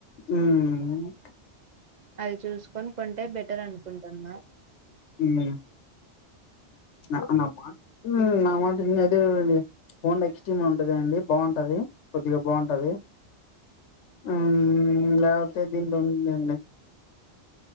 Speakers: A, on the left (about 80°); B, on the right (about 50°).
A: మ్మ్
B: అది చూస్కని ఆంటే బెటర్ అనుకుంటున్నా
A: ఉమ్ నా నా మాట నా మాటద హఓన్డ్ ఎక్స్టం ఉంటదండి బాగుంటది కొద్దిగా బాగుంటది ఆ లేకతే దీంట్లో ఉందండి